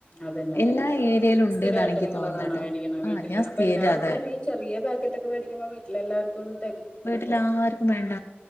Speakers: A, on the left; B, on the left.
A: അതന്നെ അതന്നെ
B: എല്ലാ ഏരിയയിലും ഉണ്ട്ന്നാണ്
A: സ്ഥിരമായിട്ട്
B: എനിക്ക്
A: നിങ്ങളതാണ്
B: തോന്നുന്നത് ട്ടോ
A: മേടിക്കണം
B: ആ
A: വീട്ടില്
B: ഞാൻ
A: അപ്പൊ
B: സ്ഥിരം
A: എല്ലാവർക്കും
B: അതാ
A: ഈ ചെറിയ പാക്കറ്റ ഒക്കെ മേടിക്കുമ്പോ വീട്ടിലെല്ല ർക്ക
B: വീട്ടിൽ ആർക്കും വേണ്ട